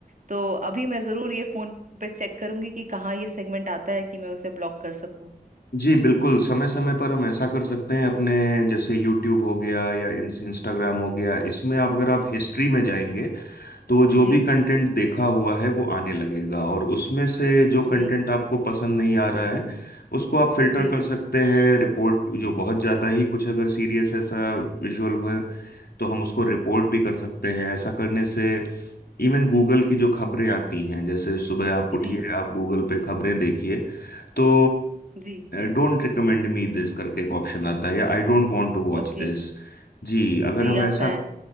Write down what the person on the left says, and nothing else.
जी बिल्कुल समय समय पर हम ऐसा कर सकते हैं अपने जैसे यूट्यूब हो गया या इंस्टाग्राम हो गया इसमें आप अगर आप हिस्ट्री में जाएंगे तो जो
भी कंटेंट देखा हुआ है वो आने लगेगा और उसमें से जो कंटेंट
आपको पसंद नहीं आ रहा है उसको आप फिल्टर
कर सकते हैं रिपोर्ट जो बहुत ज़्यादा ही कुछ अगर सीरियस ऐसा विजुअल हो तो हम उसको रिपोर्ट भी कर सकते हैं ऐसा करने से इवन गूगल की जो खबरें आती हैं जैसे सुबह आप उठिए
आप गूगल पे खबरें देखिए तो
डोंट रिकमेंड मी दिस करके एक ऑप्शन आता है या I don't want to watch
this जी अगर
हम ऐसा